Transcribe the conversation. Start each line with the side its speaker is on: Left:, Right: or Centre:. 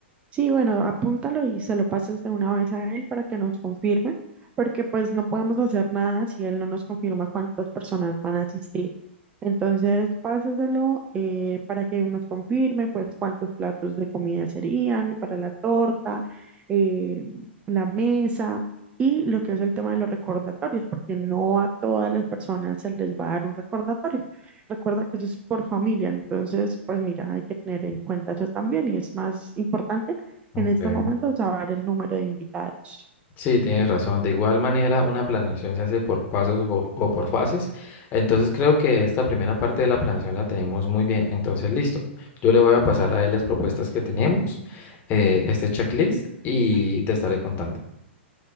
Right: sí, bueno, apúntalo y se lo pasas de una vez a él para que nos confirme, porque pues no podemos hacer nada si él no nos confirma cuántas personas van a asistir. Entonces, pásaselo eh, para que nos confirme, pues cuántos platos de comida serían para la torta, eh, la mesa y lo que es el tema de los recordatorios, porque no a todas las personas se les va a dar un recordatorio. Recuerda que eso es por familia, entonces, pues mira, hay que tener en cuenta eso también y es más importante
Left: Ok.
Right: en este momento saber el número de invitados.
Left: Sí, tienes razón. De igual manera, una planeación se hace por pasos o por, o por fases. Entonces creo que esta primera parte de la planeación la tenemos muy bien. Entonces, listo. Yo le voy a pasar a él las propuestas que tenemos, eh, este checklist, y te estaré contando.